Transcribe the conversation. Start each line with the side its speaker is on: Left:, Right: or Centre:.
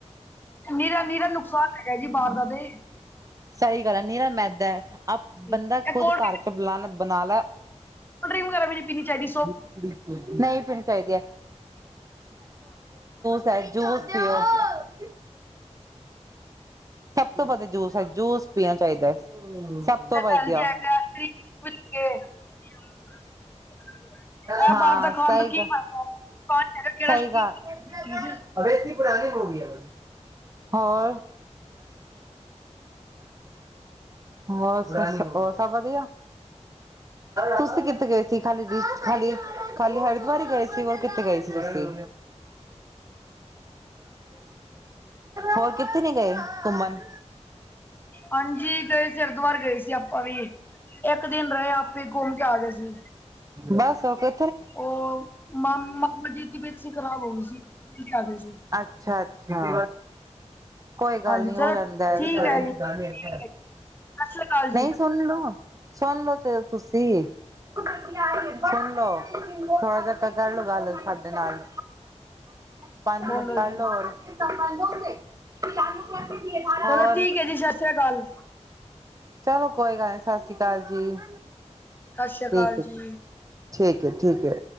Left: ਨੀਰਾ, ਨੀਰਾ ਨੁਕਸਾਨ ਹੈਗਾ ਜੀ, ਬਾਹਰ ਦਾ ਤੇ।
Right: ਸਹੀ ਗੱਲ ਹੈ, ਨਿਰਾ ਮੈਦਾ ਹੈ, ਆਪ
Left: ਇਹ
Right: ਬੰਦਾ ਖੁਦ
Left: ਕੋਲਡ
Right: ਘਰ 'ਚ ਬੁਲਾ ਬਣਾ ਲਾ।
Left: <inaudible> ਕੋਲ ਡਰਿੰਕ ਵੀ ਨਹੀ ਪੀਣੀ ਚਾਹੀਦੀ।
Right: ਨਹੀਂ ਪੀਣੀ ਚਾਹੀਦੀ ਹੈ। ਫਿਰ ਜੂਸ ਪਿਯੋ। ਸਭ ਤੋਂ ਵਧੀਆ ਜੂਸ ਹੈ, ਜੂਸ ਪੀਣਾ ਚਾਹੀਦਾ ਹੈ, ਸਭ ਤੋਂ ਵਧੀਆ।
Left: ਹੈਲਦੀ ਹੈਗਾ <unintelligible>
Right: ਹਾਂ,
Left: ਬਾਹਰ ਦਾ ਖਾਣ
Right: ਸਹੀ
Left: ਤੋਂ ਕੀ
Right: ਗੱਲ,
Left: ਫਾਇਦਾ ਪਾਣੀ ਹੈਗਾ ਕਿਹੜਾ
Right: ਸਹੀ ਗੱਲ। <unintelligible>
Left: ਚੀਜ਼
Right: ਹੋਰ। ਮੋਸਮ, ਸਭ ਵਧੀਆ ਤੁਸੀ ਕਿੱਥੇ ਗਏ ਸੀ, ਖਾਲੀ ਦਿਨ 'ਚ ਖਾਲੀ, ਖਾਲੀ, ਹਰਿਦਵਾਰ ਹੀ ਗਏ ਸੀ, ਹੋਰ ਕਿੱਥੇ ਗਏ ਸੀ ਤੁਸੀਂ। ਹੋਰ ਕਿੱਥੇ ਨੀ ਗਏ, ਘੁੰਮਣ।
Left: ਹਾਂਜੀ ਗਏ ਸੀ, ਹਰਿਦੁਵਾਰ ਗਏ ਸੀ ਆਪਾਂ ਵੀ, ਇੱਕ ਦਿਨ ਰਹੇ, ਆਪੇ ਘੁੰਮ ਕੇ ਆ ਗਏ ਸੀ।
Right: ਬੱਸ, ਓਕੇ।
Left: ਉਹ ਮਾਮ ਮਾਮਾ ਜੀ ਦੀ, ਤਬੀਅਤ ਖ਼ਰਾਬ ਹੋ ਗਈ ਸੀ, ਜਲਦੀ ਆ ਗਈ ਸੀ।
Right: ਅੱਛਾ- ਅੱਛਾ। ਕੋਈ ਗੱਲ
Left: ਹਾਂਜੀ
Right: ਨੀ,
Left: ਚਲੋ
Right: ਹੋ ਜਾਂਦਾ ਹੈ
Left: ਠੀਕ
Right: ਐਸੇ।
Left: ਜੀ ਠੀਕ ਹੈ ਜੀ। ਸਤਿ ਸ੍ਰੀ ਅਕਾਲ ਜੀ
Right: ਨਹੀਂ ਸੁਨ ਲਓ। ਸੁਣ ਲਓ ਚਲੋ ਤੁਸੀਂ, ਸੁਣ ਲੋੋ, ਥੋੜਾ ਜਿਹਾ। ਕਰਲੋ ਗੱਲ ਸਾਡੇ ਨਾਲ, ਪੰਜ ਮਿੰਟ
Left: ਬੋਲੋ
Right: ਕਰਲੋ
Left: ਜੀ।
Right: ਹੋਰ। <unintelligible> ਹੋਰ
Left: ਚਲੋ ਠੀਕ ਹੈ ਜੀ ਸਤਿ ਸ੍ਰੀ ਅਕਾਲ ਸਤਿ
Right: ਚਲੋ ਕੋਈ ਗੱਲ ਨਹੀਂ, ਸਤਿ ਸ਼੍ਰੀ ਅਕਾਲ ਜੀ।
Left: ਸਤਿ ਸ਼੍ਰੀ ਅਕਾਲ
Right: ਠੀਕ
Left: ਜੀ।
Right: ਹੈ ਠੀਕ ਹੈ, ਠੀਕ ਹੈ।